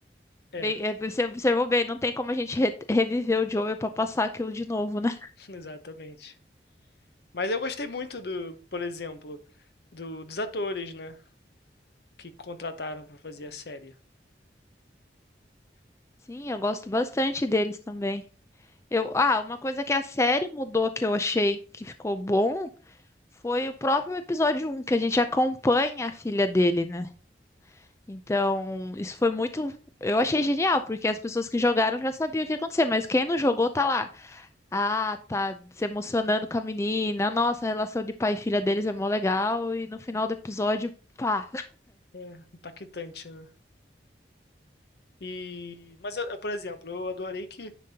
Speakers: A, on the left; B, on the left.
A: É,
B: Bem, é, você observou bem, não tem como a gente re- reviver o Joel pra passar aquilo de novo, né?
A: <laughs> exatamente. Mas eu gostei muito do, por exemplo, do- dos atores, né, que contrataram para fazer a série.
B: Sim, eu gosto bastante deles também. Eu, ah, uma coisa que a série mudou que eu achei que ficou bom foi o próprio episódio um que a gente acompanha a filha dele, né? Então, isso foi muito. Eu achei genial, porque as pessoas que jogaram já sabiam o que ia acontecer, mas quem não jogou tá lá. Ah, tá se emocionando com a menina. Nossa, a relação de pai e filha deles é mó legal. E no final do episódio, pá.
A: É impactante, né? E, mas eu, eu, por exemplo, eu adorei que